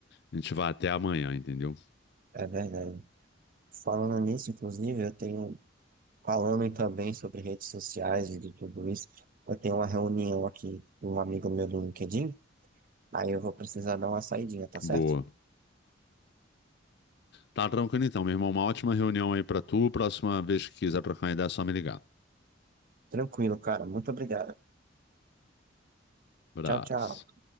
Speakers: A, on the left; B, on the right.
A: a gente vai até amanhã, entendeu?
B: é verdade. Falando nisso, inclusive, eu tenho, falando também sobre redes sociais e de tudo isso, eu tenho uma reunião aqui com um amigo meu do LinkedIn, aí eu vou precisar dar uma saidinha, tá
A: Boa.
B: certo?
A: Tá tranquilo então, meu irmão. Uma ótima reunião aí pra tu. Próxima vez que quiser trocar uma ideia, é só me ligar.
B: Tranquilo, cara. Muito obrigado.
A: Abraço.
B: Tchau, tchau.